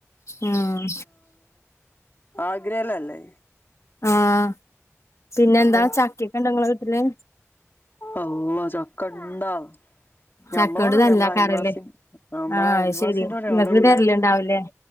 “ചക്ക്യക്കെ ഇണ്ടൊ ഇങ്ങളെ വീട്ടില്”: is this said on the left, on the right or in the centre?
Left